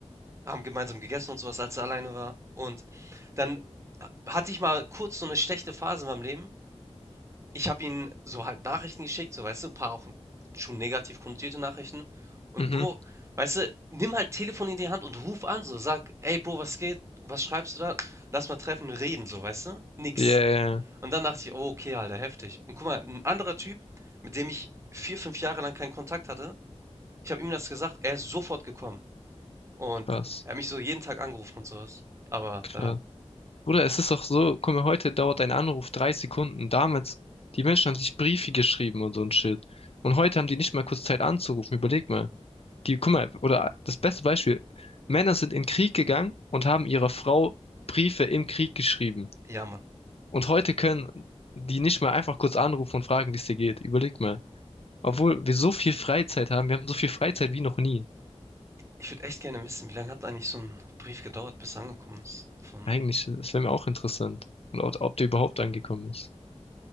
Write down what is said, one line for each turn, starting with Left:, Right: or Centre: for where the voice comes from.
Right: Wir haben gemeinsam gegessen und sowas, als er alleine war. Und dann äh, hatte ich mal kurz so eine schlechte Phase in meinem Leben. Ich habe ihm so halt Nachrichten geschickt, so, weißt du, ein paar auch schon negativ konnotierte Nachrichten. Und
Left: mhm.
Right: Bro, weißt du, nimm halt Telefon in die Hand und ruf an, so, sag: „Ey Bro, was geht? Was schreibst du da? Lass mal treffen und reden“, so, weißt du? Nix.
Left: Ja, ja, ja.
Right: Und dann dachte ich: „Oh, okay, Alter, heftig.“ Und guck mal, ein anderer Typ, mit dem ich 4, 5 Jahre lang keinen Kontakt hatte, ich habe ihm das gesagt, er ist sofort gekommen. Und
Left: krass,
Right: er hat mich so jeden Tag angerufen und sowas. Aber
Left: krass.
Right: ja,
Left: Bruder, es ist doch so, guck mal, heute dauert ein Anruf drei Sekunden. Damals, die Menschen haben sich Briefe geschrieben und so ein Shit. Und heute haben die nicht mal kurz Zeit anzurufen. Überleg mal. Die, guck mal, oder das beste Beispiel, Männer sind in den Krieg gegangen und haben ihrer Frau Briefe im Krieg geschrieben.
Right: ja, Mann.
Left: Und heute können die nicht mal einfach kurz anrufen und fragen, wie es dir geht. Überleg mal. Obwohl wir so viel Freizeit haben, wir haben so viel Freizeit wie noch nie.
Right: Ich würde echt gerne wissen, wie lange hat eigentlich so ein Brief gedauert, bis er angekommen ist von
Left: Eigentlich, das wäre mir auch interessant. Und ob, ob der überhaupt angekommen ist.